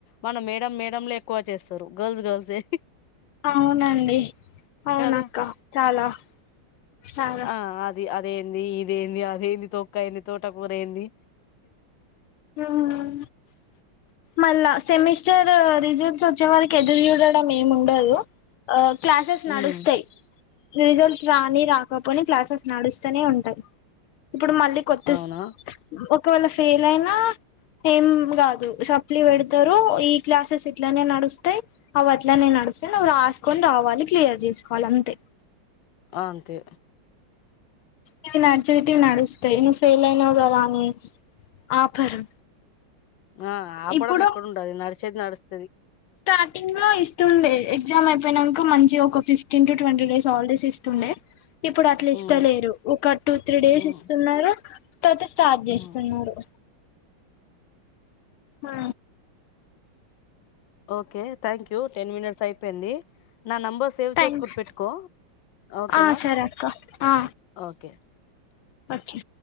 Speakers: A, on the left; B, on the left.
A: మన మేడం మేడమ్ లే ఎక్కువ చేస్తారు గర్ల్స్ గర్ల్స్యే
B: అవునండి అవునక్క
A: కదా
B: చాలా చాలా
A: ఆ అది అదే ది ఇదేంది అదేంది తొక్క అయింది తోటకూర ఏంది
B: ఉమ్ మళ్ళా సెమిస్టర్ రిజల్ట్స్ వచ్చే వరికి ఎదురు చూడడం ఏమిండదు ఆ క్లాసెస్ నడుస్తాయ్
A: ఉమ్
B: రిజల్ట్ రాని రాకపోని క్లాసెస్ నడుస్తూనే ఉంటాయి ఇప్పుడు మళ్ళీ కొత్త
A: అవునా
B: ఒకవేళ ఫెయిల్ అయిన ఏం కాదు సప్లీ పెడతరు ఈ క్లాసెస్ ఇట్లనే నడుస్తాయి అవి అట్లనే నడు సయ్ నువ్వు రాసుకొని రావాలి క్లియర్ చేసుకోవాలి అంతే
A: అ అంతే
B: ఇవి నడిచేటివి నడుస్తాయి నువ్వు ఫెయిల్ అయినావు కదా అని ఆపరు
A: ఆ ఆపడం
B: ఇప్పుడు
A: ఎక్కడుండదు నడిచేది నడుస్తది
B: స్టార్టింగ్ లో ఇస్తుండే ఎగ్జామ్ అయిపోయినంక మంచిగా ఒక fifteen to twenty days holidays ఇస్తుండే ఇప్పుడు అట్లా ఇస్తలేరు
A: ఉమ్
B: ఒక టూ త్రీ డేస్
A: ఉమ్
B: ఇస్తున్నారు తర్వాత స్టార్ట్ చేస్తున్నారు
A: ఉమ్
B: హా
A: okay thank you ten minutes అయిపోయింది నా నెంబర్ సేవ్
B: థ్యాంక్స్
A: చేసుకొని పెట్టుకో ఓకేనా
B: ఆ సరే అక్క ఆ
A: ఓకే
B: ఓకే